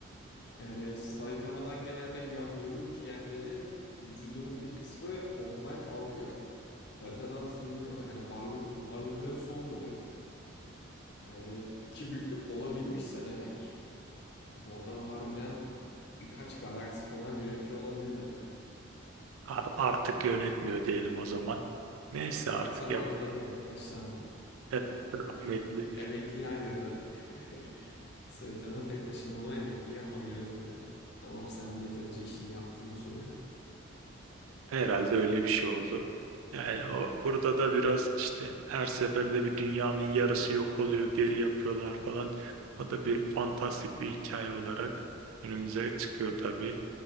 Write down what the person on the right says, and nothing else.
Ar- artık yönetmiyor diyelim o zaman. Neyse artık
yap.
Evet, rahmetli.
Herhalde öyle bir şey oldu. Yani o, burada da biraz işte her seferinde bir dünyanın yarısı yok oluyor, geri yapıyorlar falan. O da bir fantastik bir hikaye olarak önümüze çıkıyor tabii.